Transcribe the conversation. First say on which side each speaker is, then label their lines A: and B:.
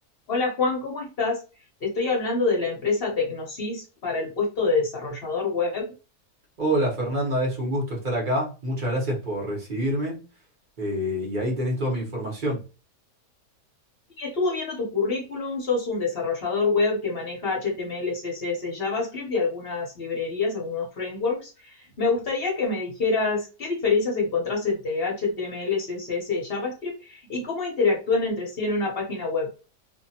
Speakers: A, on the left; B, on the right.
A: Hola Juan, ¿cómo estás? Te estoy hablando de la empresa Tecnosys para el puesto de desarrollador web.
B: Hola Fernanda, es un gusto estar acá. Muchas gracias por recibirme. eh, y ahí tenés toda mi información.
A: Y estuve viendo tu currículum, sos un desarrollador web que maneja HTML, CSS, JavaScript y algunas librerías, algunos frameworks. Me gustaría que me dijeras qué diferencias encontrás entre HTML, CSS y JavaScript y cómo interactúan entre sí en una página web.